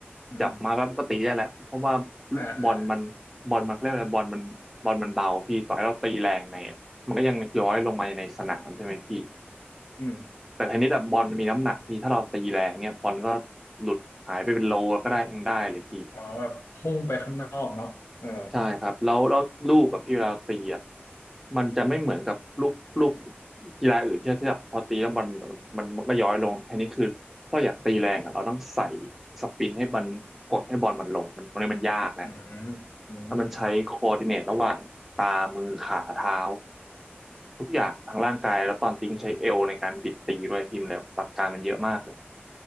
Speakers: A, on the left; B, in the centre.
A: อืม
B: จับมาแล้วก็ตีได้แหละเพราะว่า
A: อ่าอ่า
B: บอลมันบอลมันเขาเรียกอะไรบอลมันบอลมันเบาพี่ต่อยเราตีแรงไงอะมันก็ยังย้อยลงมาในสนามใช่ไหมพี่
A: อืม
B: แต่เทนนิสแบบบอลมันมีน้ำหนักพี่ถ้าเราตีแรงเนี้ยบอลก็หลุดหายไปเป็นโลก็ได้ยังได้เลยพี่
A: อ๋อแบบพุ่งไปข้างนอกเนาะเออ
B: ใช่ครับแล้วแล้วลูกกับพี่เวลาตีอ่ะมันจะไม่เหมือนกับลูกลูกกีฬาอื่นที่ที่แบบพอตีแล้วบอลมันมันก็ย้อยลงทีนี้คือถ้าอยากตีแรงอ่ะเราต้องใส่สปินให้มันกดให้บอลมันลงมันตรงนี้มันยากนะ
A: อืมอืม
B: แล้วมันใช้คอ o ์ดิเนตระหว่างตามือขาเท้าทุกอย่างทางร่างกายแล้วตอนตีต้องใช้เอวในการบิดตีด้วยพิมพ์แล้วหลักการมันเยอะมากเลย